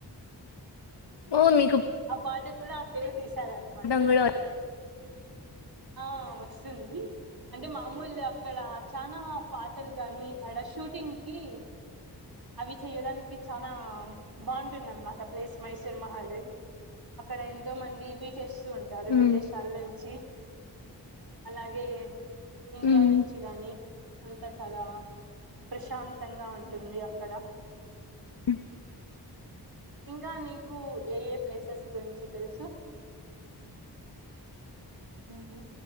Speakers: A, on the left (about 75°); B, on the right (about 60°).
A: పో ని
B: ఆ పాట కూడా అక్కడే తీశారనమాట
A: పాడడం కూడా
B: ఆ వ సిమ్ ని అంటే మామూలు అక్కడ చానా పాటలు గాని అడ షూటింగ్ కి అవి చెయ్యడానికి చానా బాగుంటుంది అన్నమాట ప్లేస్ మైసూర్ మహల్ అక్కడ ఎంతో మంది ఇవి చేస్తూ ఉంటారు
A: ఉమ్
B: విదేశాల నుంచి అలాగే ఇండియా
A: ఉమ్
B: నుంచి గాని అంతా చాలా ప్రశాంతంగా ఉంటుంది అక్కడ
A: అ
B: ఇంకా నీకు ఏ ఏ ప్లేసెస్ గురించి తెలుసు ఉమ్